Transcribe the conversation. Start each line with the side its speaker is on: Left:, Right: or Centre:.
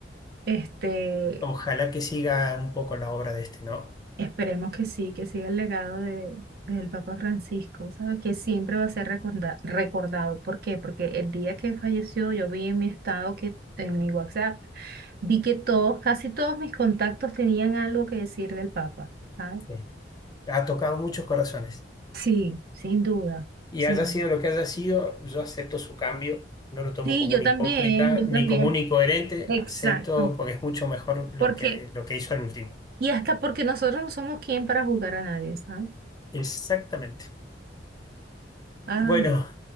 Right: Este,
Left: Ojalá que siga un poco la obra de este, ¿no?
Right: Esperemos que sí, que siga el legado de, del Papa Francisco, ¿sabes? Que siempre va a ser recorda- recordado. ¿Por qué? Porque el día que falleció yo vi en mi estado que, en mi WhatsApp, vi que todos, casi todos mis contactos tenían algo que decir del Papa, ¿sabes?
Left: Sí. Ha tocado muchos corazones.
Right: Sí, sin duda.
Left: Y
Right: Sí,
Left: haya sido lo que haya sido, yo acepto su cambio, no lo tomo
Right: sí,
Left: como
Right: yo
Left: un
Right: también,
Left: hipócrita
Right: yo
Left: ni
Right: también.
Left: como un incoherente,
Right: Exacto.
Left: acepto porque es mucho mejor lo
Right: Porque,
Left: que, lo que hizo al último.
Right: y hasta porque nosotros no somos quien para juzgar a nadie, ¿sabes?
Left: Exactamente.
Right: Ah,
Left: Bueno,
Right: ya.